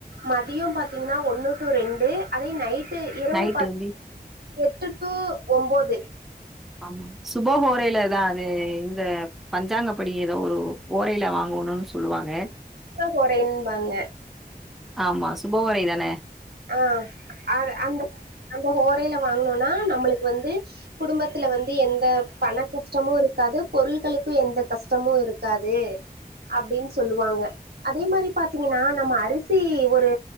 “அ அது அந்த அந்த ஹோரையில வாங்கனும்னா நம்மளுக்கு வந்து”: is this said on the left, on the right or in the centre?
Right